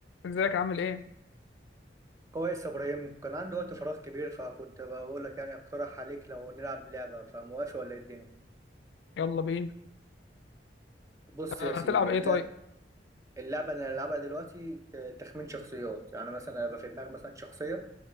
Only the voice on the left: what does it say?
ازيك عامل ايه
يلا بينا
آه،
هتلعب ايه
طيب